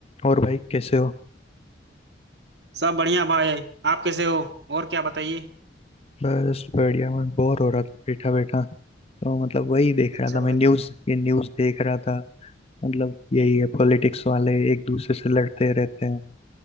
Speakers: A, on the left; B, on the right.
A: और भाई कैसे हो
B: सब बढ़िया भाई आप कैसे हो और क्या बताइए
A: बस बढ़िया मैं बोर हो रहा था बैठा बैठा तो मतलब वही देख
B: अच्छा
A: रहा था मैं
B: भाई
A: न्यूज़ ये न्यूज़ देख रहा था मतलब यही है पॉलिटिक्स वाले एक दूसरे से लड़ते रहते हैं